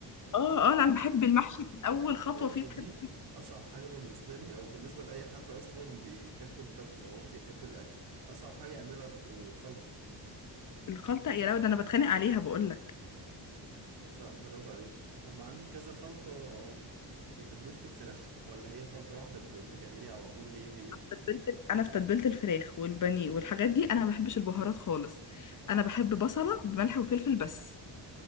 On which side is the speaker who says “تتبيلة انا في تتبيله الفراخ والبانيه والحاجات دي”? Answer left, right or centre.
Left